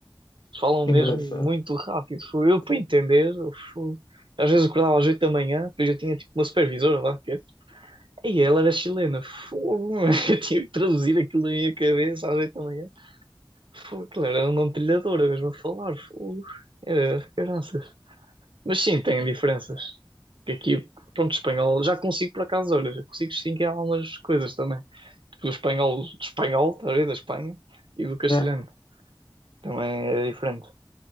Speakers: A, on the right (about 70°); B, on the left (about 55°).
A: Falam
B: Que
A: mesmo
B: Engraçado.
A: muito rápido. Foi eu para entender. eu fui- Às vezes acordava às oito da manhã, depois eu tinha tipo uma supervisora lá, que é. E ela era chilena, fogo, <laughs> eu tinha que traduzir aquilo na minha cabeça às oito da manhã. Fogo, aquilo era um nome de trilhadora mesmo a falar. Fogo. Era caraças. Mas sim, tem diferenças. Que aqui, pronto, espanhol, já consigo por acaso, olha, já consigo distinguir algumas coisas também. Tipo, do espanhol, do espanhol, tá a ver, da Espanha, e do castelhano.
B: É.
A: Também é diferente.